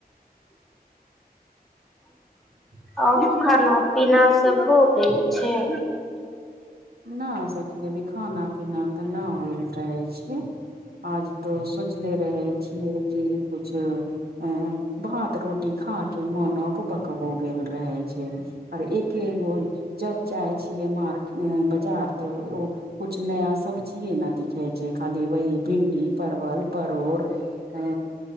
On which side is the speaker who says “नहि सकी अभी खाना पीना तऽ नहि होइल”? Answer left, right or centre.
Right